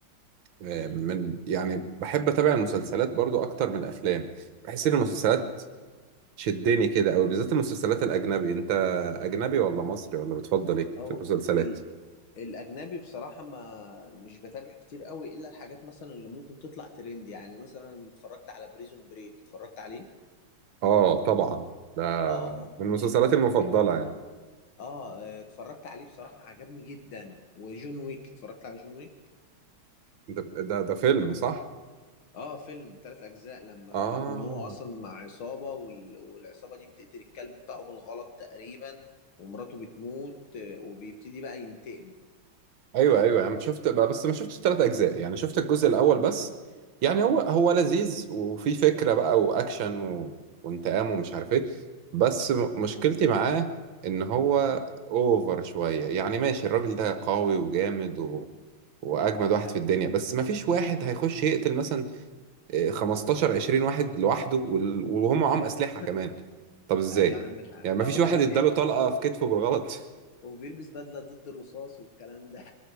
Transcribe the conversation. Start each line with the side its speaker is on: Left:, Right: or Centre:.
Right: آه،
Left: مم.
Right: من يعني بحب اتابع المسلسلات برضو اكتر من الافلام بحس ان المسلسلات شدني كده او بالذات المسلسلات الاجنبي انت اجنبي ولا مصري ولا بتفضل ايه
Left: أو
Right: في المسلسلات
Left: ال الأجنبي بصراحة ما مش بتابع كتير قوي إلا الحاجات مثلا اللي ممكن تطلع ترند يعني مثلا اتفرجت على بريزون بريك اتفرجت عليه
Right: اه طبعا ده
Left: آه ما-
Right: من مسلسلاتي
Left: مايكل سكوفيلد
Right: المفضلة يعني
Left: اه آه، اتفرجت عليه بصراحة عجبني جدا وجون ويك اتفرجت على جون ويك
Right: ده ده, ده فيلم صح؟
Left: اه فيلم ثلاث اجزاء لما
Right: اه
Left: بيكون هو اصلا مع عصابة وال... والعصابة دي بتقتل الكلب بتاعه بالغلط تقريبا ومراته بتموت آه، وبيبتدي بقى ينتقم
Right: ايوه ايوه يعني شفت بقى بس ما شفتش ثلاث اجزاء يعني شفت الجزء الاول بس يعني
Left: اه
Right: هو هو لذيذ وفي فكرة بقى واكشن و... وانتقام ومش عارف ايه بس م- مشكلتي معاه ان هو اوفر شوية يعني ماشي الراجل ده قوي وجامد و... واجمد واحد
Left: ايوه
Right: في الدنيا بس ما فيش واحد هيخش يقتل مثلا آه، 15 20 واحد لوحده وال- وهم معاهم
Left: ايوه
Right: اسلحه كمان طب ازاي
Left: ايوه عندك حق
Right: يعني ما
Left: اه
Right: فيش واحد
Left: لا وبيلبس
Right: اداله طلقه في كتفه بالغلط
Left: وبيلبس بدلة ضد الرصاص والكلام ده